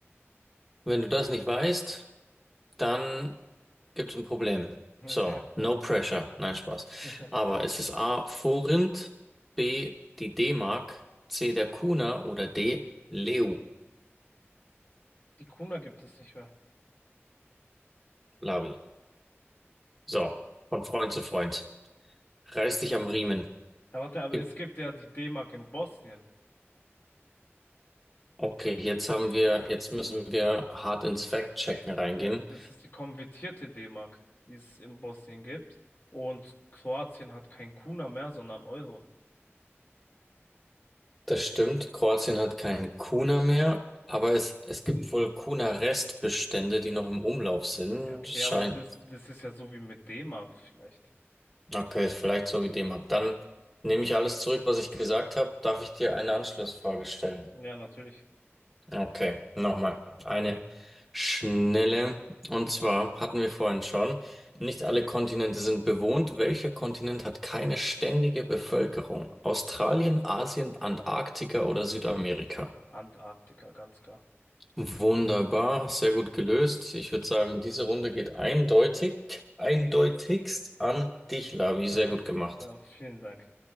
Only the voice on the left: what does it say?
okay.
<laughs>
Die Kuna gibt es nicht mehr.
Ja, warte, aber
es gibt ja die D-Mark in Bosnien.
Ja, das ist die konvertierte D-Mark, die es in Bosnien gibt. Und Kroatien hat kein Kuna mehr, sondern Euro.
Ja, okay,
aber das, das ist ja so wie mit D-Mark vielleicht.
Ja, natürlich.
Antarktika, ganz klar.
Aha.
Ja, vielen Dank.